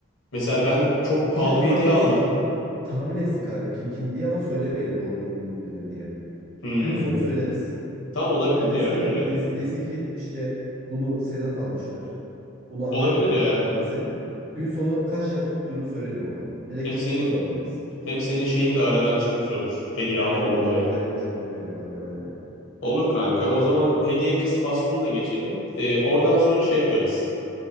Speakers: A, on the left; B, on the right.
A: Mesela ben çok pahalı
B: İşte tahmin
A: bir hediye
B: etsin
A: aldım.
B: ta- tahmin etsin kanka kim kim diye ama söylemeyelim doğru bildim bilmedim diye.
A: Hmm,
B: Gün sonu söyleriz.
A: tam olabilir
B: Ya desin
A: ya böyle.
B: ki des- desin ki işte bunu Sedat almıştır. Bunu Ahmet
A: Olabilir
B: almıştır
A: ya.
B: falan desin. Gün sonu kaç tane tutturduğunu söylerim ona. Direkt
A: Hem
B: hiç
A: senin
B: tutturmadım deriz.
A: hem senin şeyin de aradan çıkmış olur. Hediye
B: Yani
A: almama
B: hem aradan
A: olayın.
B: kaynamış olurum yani kanka ben de.
A: Olur kanka. O zaman hediye kız faslını da geçelim. Ee, oradan sonra şey yaparız.